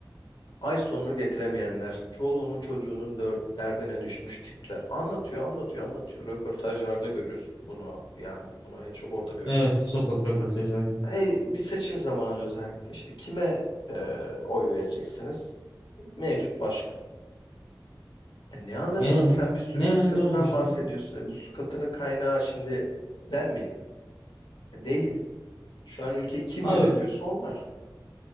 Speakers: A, on the left; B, on the left.
A: Ay sonunu getiremeyenler, çoluğunun çocuğunun dör- derdine düşmüş tipler. Anlatıyor, anlatıyor, anlatıyor. Röportajlarda görüyorsun bunu. Yani bunu en çok orada görüyorum.
B: Evet sokak röportajı aynen.
A: Hey, bir seçim zamanı özellikle. İşte kime e, oy vereceksiniz? Mevcut başkan. E, ne anladım
B: Ee,
A: abi? Sen bir sürü
B: ne
A: sıkıntıdan
B: ne oldu şimdi?
A: bahsediyorsun. E, bu sıkıntının kaynağı şimdi ben miyim? E, değilim. Şu an ülkeyi kim
B: Abi,
A: yönetiyorsa onlar.